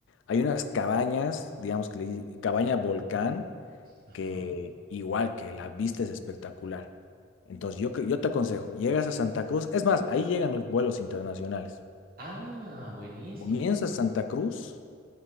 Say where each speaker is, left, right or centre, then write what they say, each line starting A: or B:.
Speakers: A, on the left; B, on the right.
A: hay unas cabañas, digamos que le di- cabaña volcán,
B: Ajá.
A: que igual que la vista es espectacular. Entonces yo, cre- yo te aconsejo, llegas a Santa Cruz, es más, ahí llegan los vuelos internacionales.
B: Ah, buenísimo.
A: Comienzas Santa Cruz